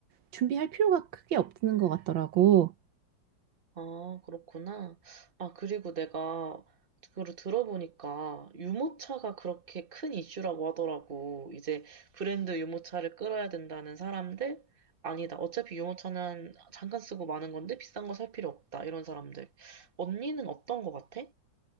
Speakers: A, on the right (about 80°); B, on the right (about 30°).
A: 준비할 필요가 크게 없는 것 같더라고.
B: 아, 그렇구나. 아, 그리고 내가 그걸 들어보니까 유모차가 그렇게 큰 이슈라고 하더라고. 이제 브랜드 유모차를 끌어야 된다는 사람들? 아니다. 어차피 유모차는 잠깐 쓰고 마는 건데 비싼 거 살 필요 없다. 이런 사람들. 언니는 어떤 거 같아?